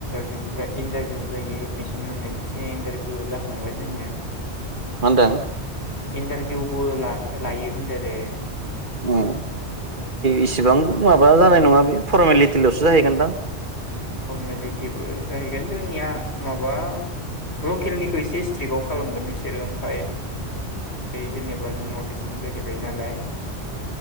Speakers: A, on the left (about 65°); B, on the right (about 45°).
A: बेयावजाय इन्टारभिउ जायो एडमिसन मोननायनि सायाव इन्टारभिउ जाखांबाय जोंनिया।
B: मा होनदों?
A: इन्टारभिउबो ला लायो होनदो आरो।
B: ओ इसिबां माबा जानाय नङा बे फरमेलिटिल'सो जाहैगोनदां।
A: उम फरमेलिटिबो जाहैगोन जोंनिया माबा लकेलनिखौ एसे स्ट्रिकआव खालामगोन बिसोरो ओमफ्राय बे जेनेबा नर्थ इस्टनि जाहैबाय नालाय।